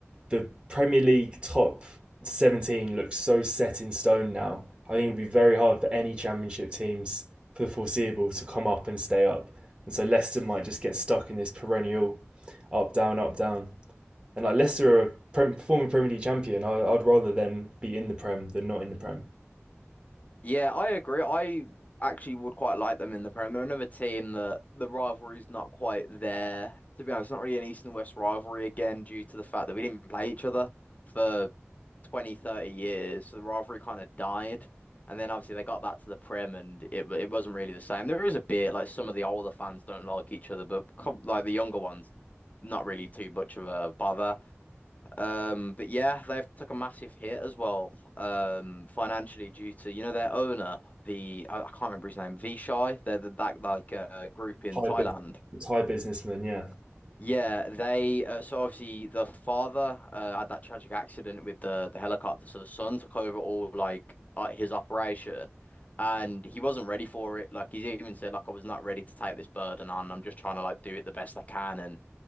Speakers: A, on the right; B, on the left.
A: the Premier League top 17 looks so set in stone now. I think it'd be very hard for any championship teams for the foreseeable to come up and stay up. And so Leicester might just get stuck in this perennial up, down, up, down. And like Leicester are a former Premier League champion. I, I'd rather them be in the Prem than not in the Prem.
B: Yeah, I agree. I actually would quite like them in the Prem. They're another team that the rivalry's not quite there. To be honest, it's not really an East and West rivalry again due to the fact that we didn't play each other for 20, 30 years. So the rivalry kind of died. And then obviously they got back to the Prem and it it wasn't really the same. There is a bit like some of the older fans don't like each other, but com like the younger ones, not really too much of a bother. Um, but yeah, they've took a massive hit as well, um, financially due to you know their owner, the I, I can't remember his name, Vichai. They're the, that like uh, group in
A: High,
B: Thailand.
A: it's high businessman, yeah.
B: Yeah, they uh, so obviously the father uh, had that tragic accident with the the helicopter, so the son took over all like uh, his operation, and he wasn't ready for it. Like he's even said, like I was not ready to take this burden on. I'm just trying to like do it the best I can, and